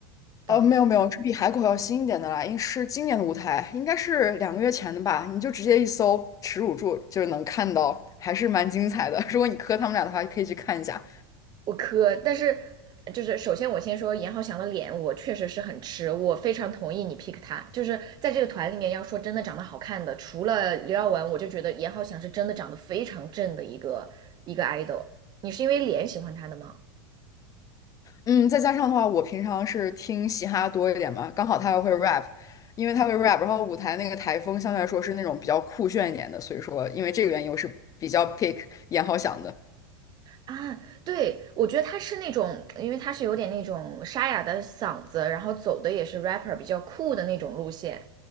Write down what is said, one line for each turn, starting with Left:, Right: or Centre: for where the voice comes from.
Right: 的，
Left: 哦，没有没有，是比海口要新一点的啦，应是今年的舞台，应该是两个月前的吧。你就直接一搜《耻辱柱》，就是能看到，还是蛮精彩的。<laughs> 如果你磕他们俩的话，可以去看一下。
Right: 我磕。但是就是首先我先说严浩翔的脸，我确实是很吃，我非常同意你 pick 他。就是在这个团里面，要说真的长得好看的，除了刘耀文，我就觉得严浩翔是真的长得非常正的一个一个 idol。你是因为脸喜欢他的吗？
Left: 嗯，再加上的话，我平常是听嘻哈多一点嘛，刚好他又会 rap，因为他会 rap，然后舞台那个台风相对来说是那种比较酷炫一点的，所以说因为这个原因我是比较 pick 严浩翔的。
Right: 啊，对，我觉得他是那种，因为他是有点那种沙哑的嗓子，然后走的也是 rapper 比较酷的那种路线。